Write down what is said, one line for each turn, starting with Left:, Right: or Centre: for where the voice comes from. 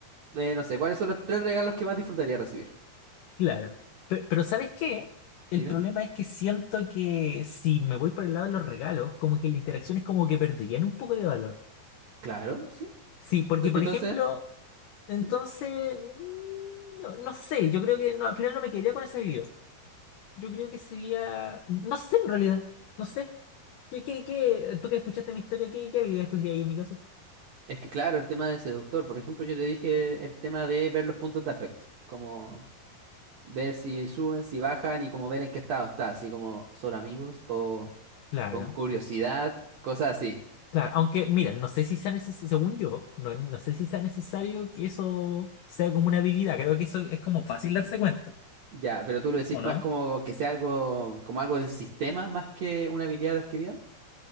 Right: Eh, no sé, ¿cuáles son los tres regalos que más disfrutaría recibir?
Left: claro. Pe- pero ¿sabes qué? El
Right: Dime.
Left: problema es que siento que si me voy por el lado de los regalos, como que la interacción es como que perderían un poco de valor.
Right: Claro, sí.
Left: Sí, porque
Right: Ento-
Left: por
Right: Entonces,
Left: ejemplo... Entonces,
Right: ujú,
Left: mm, no, no sé, yo creo que no, al final no me quedaría con esa bebida. Yo creo que sería, no sé en realidad, no sé. ¿Qué, qué, qué? Tú que escuchaste mi historia, ¿qué, qué bebida escogería yo en mi caso?
Right: es que claro, el tema de seductor, por ejemplo, yo te dije el tema de ver los puntos de afecto, como ver si suben, si bajan y como ver en qué estado está, así como son amigos o
Left: Claro,
Right: con curiosidad, cosas así.
Left: claro. Aunque, mira, no sé si sea necesario, según yo, no, no sé si sea necesario que eso sea como una habilidad. Creo que eso es como fácil darse cuenta,
Right: Ya, pero tú lo decís
Left: ¿o no?
Right: más como que sea algo, como algo del sistema más que una habilidad adquirida.